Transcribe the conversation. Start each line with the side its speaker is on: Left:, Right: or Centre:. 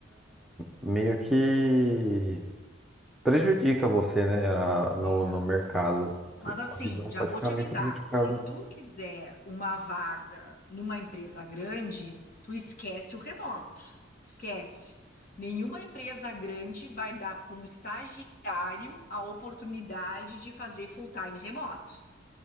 Centre: meio que prejudica você, né, a- no,
Left: É.
Centre: no mercado. Su-
Left: Mas
Centre: Sua
Left: assim,
Centre: visão
Left: já
Centre: pode
Left: vou
Centre: ficar
Left: te
Centre: meio
Left: avisar,
Centre: prejudicada.
Left: se tu quiser uma vaga numa empresa grande, tu esquece o remoto. Esquece. Nenhuma empresa grande vai dar para um estagiário a oportunidade de fazer full-time remoto.